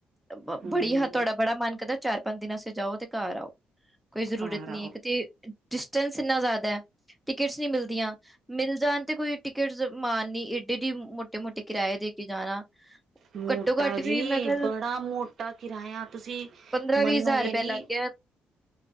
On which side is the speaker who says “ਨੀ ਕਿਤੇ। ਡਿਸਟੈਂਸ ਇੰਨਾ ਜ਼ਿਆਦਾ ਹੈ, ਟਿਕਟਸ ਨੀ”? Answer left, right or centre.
Centre